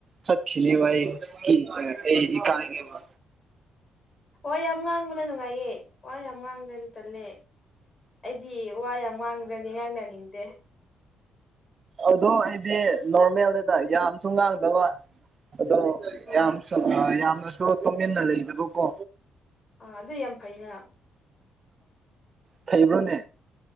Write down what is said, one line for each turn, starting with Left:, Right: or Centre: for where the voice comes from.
Right: ꯆꯈꯤꯅꯤꯕ ꯑꯩ <unintelligible> ꯏꯀꯥꯏꯅꯤꯕ
Left: ꯋꯥ ꯌꯥꯝ ꯉꯥꯡꯕꯅ ꯅꯨꯡꯉꯥꯏꯌꯦ ꯋꯥ ꯌꯥꯝ ꯉꯥꯡꯗ꯭ꯔꯗꯤ ꯇꯜꯂꯦ ꯑꯩꯗꯤ ꯋꯥ ꯌꯥꯝ ꯃꯥꯡꯗꯗꯤ ꯉꯥꯡꯅꯅꯤꯡꯗꯦ
Right: ꯑꯗꯣ ꯑꯩꯗꯤ ꯅꯣꯔꯃꯦꯜꯅꯤꯗ ꯌꯥꯝꯁꯨ ꯉꯥꯡꯗꯕ ꯑꯗꯣ
Left: ꯍꯣꯏ
Right: ꯌꯥꯝ ꯌꯥꯝꯅꯁꯨ ꯇꯨꯃꯤꯟꯅ ꯂꯩꯗꯕꯀꯣ
Left: ꯑꯥ ꯑꯗꯨ ꯌꯥꯝ ꯐꯩꯅ
Right: ꯊꯩꯕ꯭ꯔꯣꯅꯦ